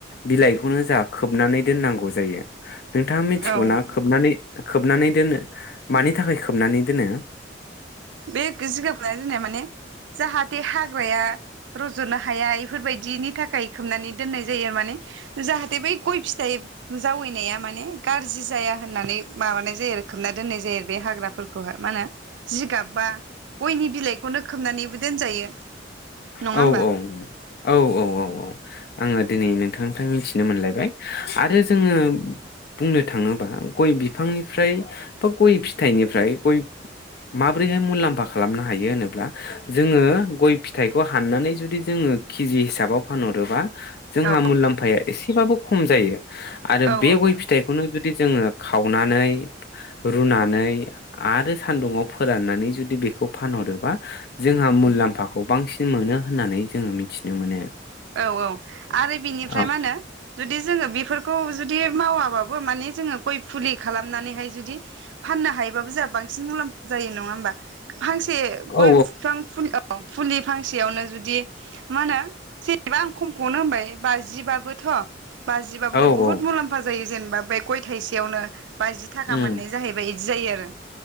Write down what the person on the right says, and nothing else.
औ औ
बे जिगाब खोबना दोननाया माने जाहाथे हाग्राया रज'नो हाया एफोरबायदिनि थाखाय खोबनानै दोननाय जायो आरो माने जाहाथे बै गय फिथाइ जावैनाया माने गाज्रि जाया होननानै माबानाय जायो आरो खोबना दोननाय जायो आरो बे हाग्राफोरखौहाय मा होनो जिगाब बा गयनि बिलाइखौनो खोबनानैबो दोनजायो नङा
होमबा?
औ
औ
औ
औ औ आरो बिनिफ्राय
मा होनो जुदि जोङो बेफोर खौ जुदि मावाबाबो माने जोङो गय फुलि खालामनानैहाय जुदि फाननो हायोबाबो जोंहा बांसिन मुलाम्फा जायो नङा होमबा फांसे गय
बिफां फुलि फुलि फांसेयावनो जुदि मा होनो सि एबा आं खमखौनो होनबाय बाजिबाबोथ' बाजिबाबोथ'
बुहुत
मुलाम्फा जायोे जेने बा बे गय थाइसेयावनो बाजि थाखा
मोननाय जाहैबाय। बिदि जायो आरो